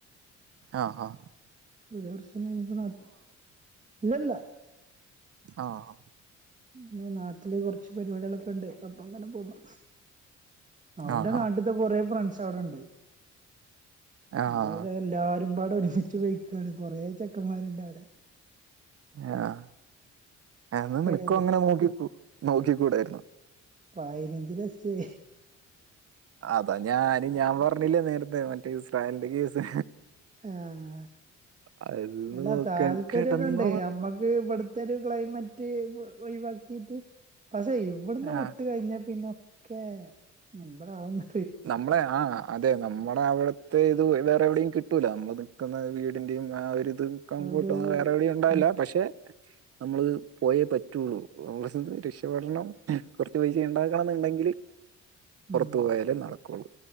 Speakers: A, on the right (about 50°); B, on the right (about 25°).
A: ആഹ് ഹ്
B: ഒരു വർഷം കഴിഞ്ഞപ്പോ നാട്ടില് ഇല്ലല്ല
A: ആഹ്
B: പിന്നെ നാട്ടില് കുറച്ച് പരിപാടികളൊക്കെ ഉണ്ട് അപ്പൊ അങ്ങനെ പോന്നു അവന്റെ
A: ആ
B: നാട്ടിത്തെ
A: ആ
B: കൊറേ ഫ്രണ്ട്സ് അവിടെ ഉണ്ട്
A: ആ ആ.
B: അപ്പോ എല്ലാരും പാടെ ഒരുമിച്ച് പോയിരി ക്കയാണ് കൊറേ ചെക്കന്മാരുണ്ട് അവിടെ
A: ആഹ് എന്നനിനക്കും
B: കരുതി
A: അങ്ങനെ നോക്കി നോക്കിക്കൂടായിരുന്നോ
B: പയാനഞ്ചിലെക്ഷേ
A: അതാ ഞാഞാൻ പറഞ്ഞില്ലേ നേരത്തെ മറ്റേസ്രായലിന്റെ കേസ്
B: ആഹ്
A: അതന്ന്
B: അല്ല
A: നോക്കാൻ
B: താല്പര്യൊക്കെ
A: കെട്ന്ന
B: ഉണ്ട് നമ്മക്ക് ഇവിടുത്തെ ഒരു ക്ലൈമറ്റ് ഒഴിവാക്കിട്ട് പ്പൊ ചെയ്യും ഇവിടന്ന് വിട്ട്
A: ആഹ്
B: കഴിഞ്ഞ പിന്നൊക്കെ എന്താവുന്നു
A: നമ്മളെ ആഹ് അതെ നമ്മുടെ അവിടുത്തെ ഇത് വേറെ എവിടെയും കിട്ടൂല നമ്മൾ നിൽക്കുന്ന വീടിന്റെയും ആ ഒരുരി ഇത്
B: ഒരു
A: കൂട്ട വേറെ എവിടെയും
B: ഉം
A: ണ്ട പക്ഷെ നമ്മള പോയ പറ്റുള്ളൂ നമ്മ രക്ഷപടണം പൈസ ഉണ്ടാക്കണം എന്നുണ്ടെങ്കിൽ പുറത്തു
B: ഉം
A: പോയാലേ നടക്കുള്ളൂ